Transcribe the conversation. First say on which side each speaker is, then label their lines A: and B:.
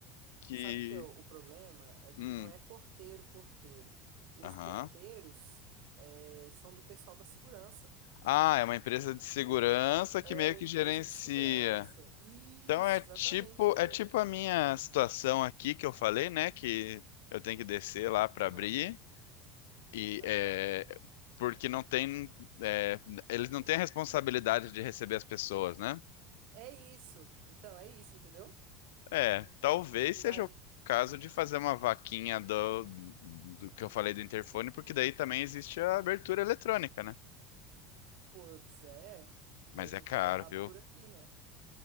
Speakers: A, on the left; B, on the right.
A: que.
B: Sabe que é o o problema? É que
A: Hum,
B: não é porteiro, porteiro. Os
A: aham.
B: porteiros é, são do pessoal da segurança.
A: Ah, é uma empresa de
B: Tipo,
A: segurança que
B: é
A: meio
B: uma
A: que
B: empresa
A: gerencia.
B: de segurança. Isso,
A: Então é
B: exatamente,
A: tipo,
B: entendeu?
A: é tipo a minha situação aqui que eu falei, né? Que eu tenho que descer lá para
B: Aham,
A: abrir. E
B: aham.
A: é, porque não tem, é, eles não têm a responsabilidade de receber as pessoas, né?
B: É isso. Então, é isso, entendeu?
A: É, talvez
B: E
A: seja
B: daí,
A: o caso de fazer uma vaquinha do, do que eu falei do interfone, porque daí também existe a abertura eletrônica, né?
B: putz, é que
A: Mas
B: a gente
A: é caro,
B: abre, abre
A: viu?
B: por aqui, né?